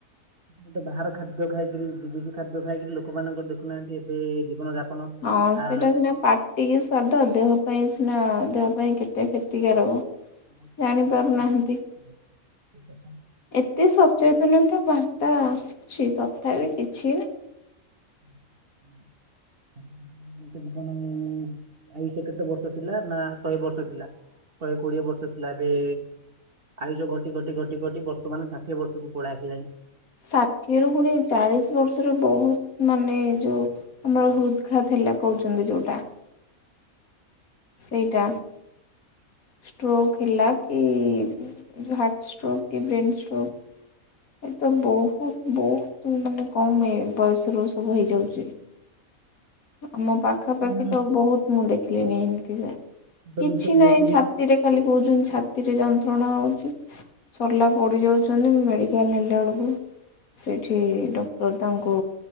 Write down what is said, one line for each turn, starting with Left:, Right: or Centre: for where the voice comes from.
Right: ଏତ ବାହାର ଖାଦ୍ୟ ଖାଇକିରି, ବିଦେଶୀ ଖାଦ୍ୟ ଖାଇକିରି ଲୋକମାନଙ୍କର ଦେଖୁନାହାଁନ୍ତି, ଏବେ ଜୀବନ ଯାପନ
Left: ହଁ,
Right: ଆ
Left: ସେଇଟା ସିନା ପାଟିକି ସ୍ଵାଦ। ଦେହ ପାଇଁ ସିନା ଦେହ ପାଇଁ କେତେ କ୍ଷତିକାରକ।
Right: <inaudible>
Left: ଜାଣି ପାରୁନାହାନ୍ତି ଏତେ ସଚେତନତା ବାର୍ତ୍ତା ଆସୁଛି, ତଥାପି କିଛି ନା!
Right: <inaudible> <inaudible> ଜୀବନ ଯେ ଆୟୁଷ କେତେ ବର୍ଷ ଥିଲା ନା, ଶହେ ବର୍ଷ ଥିଲା? ଶହେ କୋଡିଏ ବର୍ଷ ଥିଲା। ଏବେ ଆୟୁଷ ଘଟି ଘଟି ଘଟି ଘଟି ବର୍ତମାନ, ଷାଠିଏ ବର୍ଷକୁ ପଳେଇ ଆସିଲାଣି।
Left: ଷାଠିଏ ରୁ ଫୁଣି ଚାଳିଶ ବର୍ଷରେ ବହୁତ, ମାନେ ଯୋଉ ଆମର ହୃଦ୍ଘାତ ହେଲା କହୁଛନ୍ତି, ଯୋଉଟା। ସେଇଟା। ଷ୍ଟ୍ରୋକ୍ ହେଲା କି, ଯଉ ହାର୍ଟ ଷ୍ଟ୍ରୋକ୍, କି ବ୍ରେନ୍ ଷ୍ଟ୍ରୋକ୍ ଏ ତ ବହୁତ ବହୁତ ମାନେ କମ ଇଏ ବୟସ ର ସବୁ ହେଇଯାଉଛି। ଆମ ପାଖାପାଖି
Right: ବାହାର
Left: ତ ବହୁତ ମୁଁ ଦେଖିଲିଣି, ଏମିତିଯେ,
Right: ଭଲ
Left: କିଛି
Right: ଜିନିଷ ଖାଇକିରି
Left: ନାହିଁ ଛାତିରେ ଖାଲି କହୁଛନ୍ତି ଛାତିରେ ଯନ୍ତ୍ରଣା ହଉଛି, ସର୍ଲା ପଡ଼ିଯାଉଛନ୍ତି ମେଡି ଏୟା ନେଲା ଅଳକୁୁ ସେଠି ଡକ୍ଟର ତାଙ୍କୁ